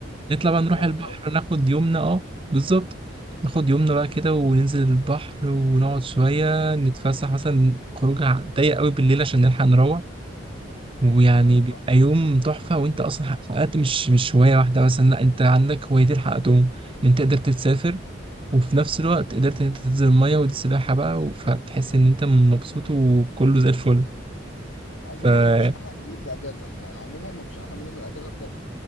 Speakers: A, on the right; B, on the left.
A: نطلع بقى نروح
B: جامد
A: البحر
B: قوي
A: ناخد يومنا اه بالظبط ناخد يومنا بقى كده وننزل البحر ونقعد شويه نتفسح مثلا خروجه ضيق قوي بالليل عشان نلحق نروح ويعني
B: ايوه فعلا
A: بيبقى يوم تحفه وانت اصلا حققت مش مش هوايه واحده مثلا لا انت عندك هوايتين حققتهم ان انت قدرت تسافر وفي نفس الوقت قدرت ان انت تنزل الميه ودي السباحه بقى و- فبتحس ان انت مبسوط وكله زي الفل
B: عموما
A: فحقيقي
B: ما فيش احلى من يوم الاجازه يعني عموما ما فيش احلى من يوم الاجازه بجد